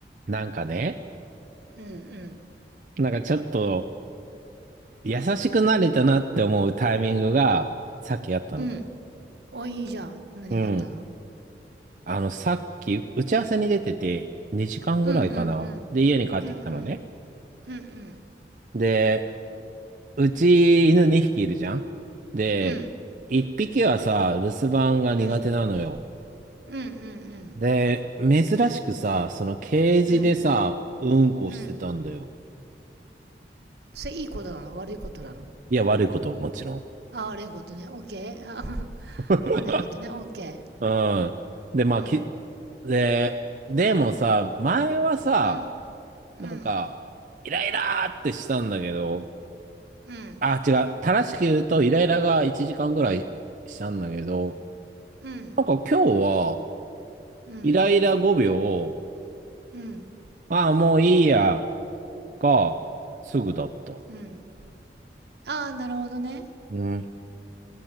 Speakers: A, on the right; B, on the right.
A: なんかね、
B: うん
A: なんかちょっと優しくなれたなって思うタイミングがさっきあったの。
B: うん。うん。お、いいじゃん。何があったの
A: うん。あの、さっき打ち合わせに出てて2時間ぐらいかな。
B: うんうんうん。
A: で、家に帰ってきたのね。
B: うんうん。うんうん。
A: で、うち犬2匹いるじゃん。で、
B: うん。
A: 1匹はさ、留守番が苦手なのよ。
B: うん。うんうんうん。
A: で、珍しくさ、そのケージでさ、
B: うん。
A: うんこしてたんだよ。
B: うん。それいいことなの悪いことなの
A: いや、悪いこと、もちろん。
B: あ、悪いことね。オッケー。あ <laughs>
A: <laughs>
B: 悪いことね。オッケー。
A: うん。で、まあ、
B: うん。
A: き、で、でもさ、前はさ、
B: うん。
A: なんか、
B: うん。
A: イライラーってしたんだけど、
B: うん。
A: あ、違う。正しく言うと、イライラが1時間ぐらいしたんだけど、
B: うん。
A: なんか今日は、
B: うん。
A: イライラ5秒を、
B: うん。
A: ああ、もういいや、が、すぐだった。
B: うん。ああ、なるほどね。
A: うん。